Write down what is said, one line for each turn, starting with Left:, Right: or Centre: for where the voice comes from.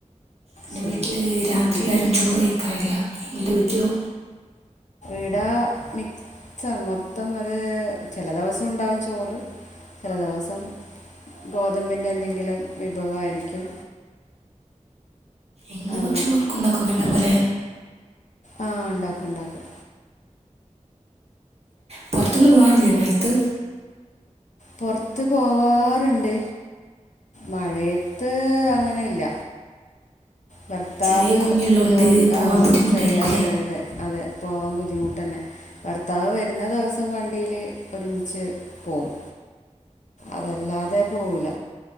Right: എന്റെ
Left: ശരി
Right: വീട്ടില് രാത്രി
Left: ഉം,
Right: ആരും ചോറ് കഴക്കാറില്ല നിങ്ങൾടെ വീട്ടിലോ
Left: ഇടാ മിക് സാ മൊത്തം അത് ചെല ദേവസോണ്ടാവും ചോറ് ചെല ദെവസം ഗോതമ്പിൻ്റെ എന്തെങ്കിലും വിഭവായിരിക്കും
Right: ഇങ്ങള്
Left: അങ്ങനെ
Right: ഭക്ഷണം <unintelligible> ഉണ്ടാക്കുന്നല്ല പോലെ
Left: ആഹ് ണ്ടാക്കും ണ്ടാക്കും
Right: പൊറത്തൊന്നും പോവാറില്ലേ മയത്ത്
Left: പൊറത്ത് പോവാറ്ണ്ട് മഴയത്ത് അങ്ങനെ ഇല്ല ഭർത്താവ്
Right: ചെറിയ കുഞ്ഞുള്ളതുകൊണ്ട്
Left: ജോലി
Right: പോകാൻ
Left: ആഹ്
Right: ബുദ്ധിമുട്ടായിരിക്കുമല്ലേ
Left: ചെറിയ അതെ അതെ അതെ അതെ പോവാൻ ബുദ്ധിമുട്ടന്നെ ഭർത്താവ് വരുന്ന ദിവസം വണ്ടീല് ഒരുമിച്ച് പോവും. അതല്ലാതെ പോവൂല.